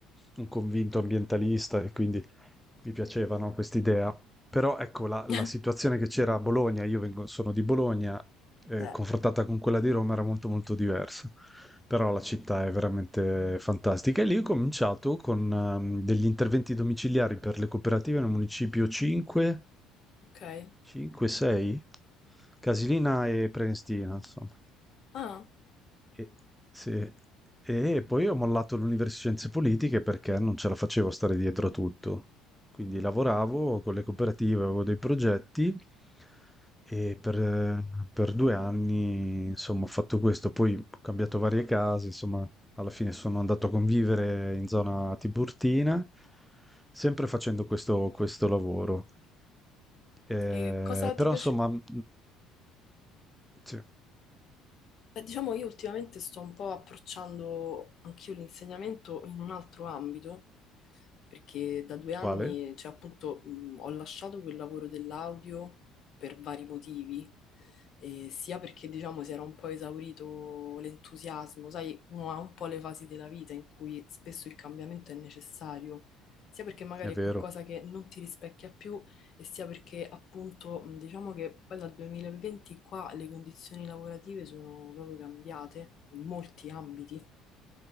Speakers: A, in the centre; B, on the left.
A: un convinto ambientalista e quindi mi piacevano quest'idea. Però ecco la,
B: <laughs>
A: la situazione che c'era a Bologna, io vengo- sono di Bologna, eh,
B: Eh,
A: confrontata con quella di Roma era molto molto diversa. Però la città è veramente fantastica. E lì ho cominciato con ehm, degli interventi domiciliari per le cooperative nel municipio 5,
B: ok.
A: 5, 6, Casilina e Prenestina, insomma.
B: Ah,
A: E, sì. E poi ho mollato l'università di scienze politiche perché non ce la facevo a stare dietro a tutto. Quindi lavoravo con le cooperative, avevo dei progetti e per, per due anni, insomma, ho fatto questo. Poi ho cambiato varie case, insomma, alla fine sono andato a convivere in zona Tiburtina, sempre facendo questo, questo lavoro. Eh,
B: e cosa
A: però,
B: ti piace?
A: insomma, mh, sì.
B: Beh, diciamo, io ultimamente sto un po' approcciando anch'io l'insegnamento in un altro ambito, perché da due anni,
A: Quale?
B: cioè appunto, mh, ho lasciato quel lavoro dell'audio per vari motivi, eh, sia perché, diciamo, si era un po' esaurito l'entusiasmo, sai, uno ha un po' le fasi della vita in cui spesso il cambiamento è necessario, sia perché magari
A: È vero,
B: è qualcosa che non ti rispecchia più e sia perché appunto mh, diciamo che poi dal 2020 qua le condizioni lavorative sono proprio cambiate in molti ambiti.